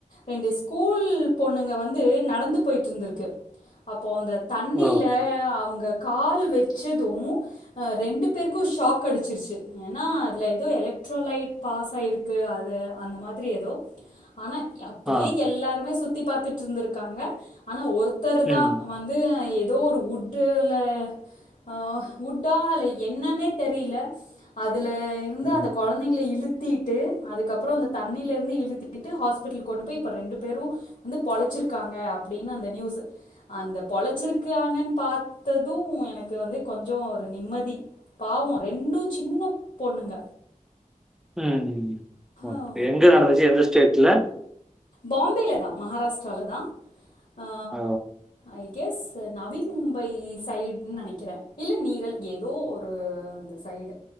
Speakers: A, on the left; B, in the centre.
A: ரெண்டு ஸ்கூல் பொண்ணுங்க வந்து நடந்து போய்ட்ருந்துரு க்கு அப்போ அந்த தண்ணிலே
B: ஓ!
A: அவங்க கால் வச்சதூ அ ரெண்டு பேர்க்கு ஷாக் அடிச்சிர்ச்சு ஏன்னா அதுல எதோ எலக்ட்ரோலைட் பாஸ் ஆய்ருக்கு அது அந்த மாதிரி எதோ ஆனா இ அப் ப்படியே
B: ஆ.
A: எல்லாருமே சுத்தி பார்த்துட்டு இருந்திருக்காங்க ஆனா ஒருத்தர்
B: ம்.
A: தான் வந்து து அ எதோ ஒரு உட்டுல அ உஹ் உட்டா அல என்னன்னே தெரில அதுல இருந்து
B: ம்.
A: அந்த கொழ ந்தைங்கள இழுத்தீட்டு அதுக்கப்றோ அந்த தண்ணில இருந்து இழுத்திட்டு ஹாஸ்பிட்டல் கொண்டு போய் இப்ப ரெண்டு பேரு வந்து பொழச்சிருக்காங்க அப்டின்னு அந்த ந்யூஸு அந்த பொழச்சிருக்காங்கன் பாத்தது எனக்கு வந்து கொஞ்சோ ஒரு நிம்மதி பாவோ ரெண்டு சின்ன பொண்ணுங்க
B: ம்ம்ம் ஓகே
A: ஆ,
B: எங்க நடந்துச்சி எந்த ஸ்டேட்ல
A: பாம்பேல தா மஹாராஸ்ட்ரால தா ஆ
B: ஓ!
A: I guess Navi Mumbai side நெனைக்கிறே இல்ல நீரல் எதோ ஒரு அந்த சைடு